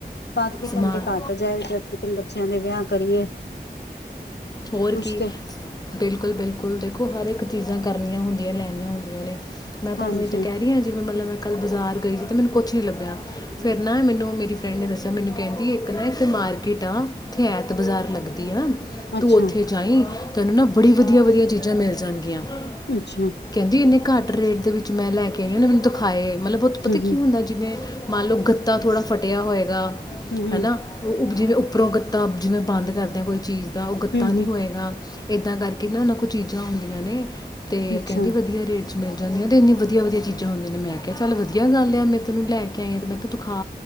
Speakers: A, on the left; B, on the left.
A: <unintelligible> ਤੇ
B: ਸਮਾਨ
A: ਘੱਟ ਜਾਏ ਜਦ ਤੀਕਨ ਬੱਚਿਆਂ ਦੇ ਵਿਆਹ ਕਰੀਏ।
B: ਹੋਰ
A: ਕੁਛ
B: ਕੀ?
A: ਤੇ
B: ਬਿਲਕੁਲ ਬਿਲਕੁਲ ਦੇਖੋ ਹਰ ਇੱਕ ਚੀਜ਼ਾਂ ਕਰਨੀਆਂ ਹੁੰਦੀਆਂ ਲੈਣੀਆਂ ਹੁੰਦੀਆਂ ਨੇ। ਮੈਂ ਤੁਹਾਨੂੰ
A: ਹਾਂਜੀ
B: ਇਹ ਚ ਕਹਿ ਰਹੀ ਹਾਂ ਜਿਵੇਂ ਮਤਲਬ ਮੈਂ ਕੱਲ੍ਹ ਬਾਜ਼ਾਰ ਗਈ ਸੀ ਤੇ ਮੈਨੂੰ ਕੁਛ ਨੀ ਲੱਭਿਆ ਫੇਰ ਨਾ ਮੈਨੂੰ ਮੇਰੀ ਫਰੈਂਡ ਨੇ ਦੱਸਿਆ ਮੈਨੂੰ ਕਹਿੰਦੀ ਇੱਕ ਨਾ ਇੱਥੇ ਮਾਰਕੀਟ ਆ ਇੱਥੇ ਐਤ ਬਾਜ਼ਾਰ ਲੱਗਦੀ ਆ।
A: ਅੱਛਾ
B: ਤੂੰ ਉੱਥੇ ਜਾਈ ਤੈਨੂੰ ਨਾ ਬੜੀ ਵਧੀਆ ਵਧੀਆ ਚੀਜ਼ਾਂ ਮਿਲ ਜਾਣਗੀਆਂ।
A: ਅੱਛਾ ਹੂੰ
B: ਕਹਿੰਦੀ ਇੰਨੇ ਘੱਟ ਰੇਟ ਦੇ ਵਿੱਚ ਮੈਂ ਲੈ ਕੇ ਆਈ ਆ ਉਹਨੇ ਮੈਨੂੰ ਦਿਖਾਏ। ਮਤਲਬ ਬਹੁਤ ਪਤਾ
A: ਹੂੰ
B: ਕੀ ਹੁੰਦਾ ਜਿਵੇਂ ਮੰਨ ਲਉ ਗੱਤਾ ਥੋੜ੍ਹਾ ਫਟਿਆ ਹੋਏਗਾ
A: ਹੂੰ ਹੂੰ
B: ਹੈ ਨਾ ਉ ਜਿਵੇਂ ਉੱਪਰੋਂ ਗੱਤਾਂ ਜਿਵੇਂ ਬੰਦ ਕਰਦੇ ਆ ਕੋਈ ਚੀਜ਼ ਗੱਤਾ
A: ਹੂੰ ਹੂੰ
B: ਨਹੀਂ ਹੋਏਗਾ। ਏਦਾਂ ਕਰਕੇ ਨਾ ਉਹਨਾਂ ਕੋਲ ਚੀਜ਼ਾਂ ਹੁੰਦੀਆਂ ਨੇ। ਤੇ
A: ਅੱਛਾ
B: ਕਹਿੰਦੀ ਵਧੀਆ ਰੇਟ। ਮਿਲ ਜਾਂਦੀ ਤੇ ਇੰਨੀ ਵਧੀਆ ਵਧੀ ਚੀਜ਼ਾਂ ਹੁੰਦੀ ਨੇ ਮੈਂ ਕਿਹਾ ਚੱਲ ਵਧੀਆ ਗੱਲ ਮੈਂਨੂੰ ਲੈ ਕੇ <unintelligible> ਮੈਂ ਕਿਹਾ ਤੂੰ ਦਿਖਾ।